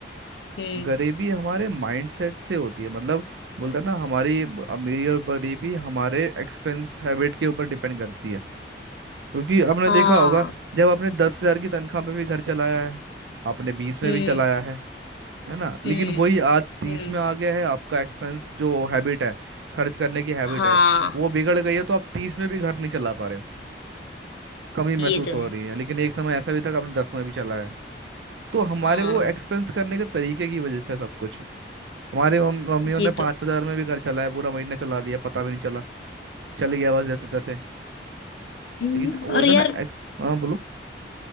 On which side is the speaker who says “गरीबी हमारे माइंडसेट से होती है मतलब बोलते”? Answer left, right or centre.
Right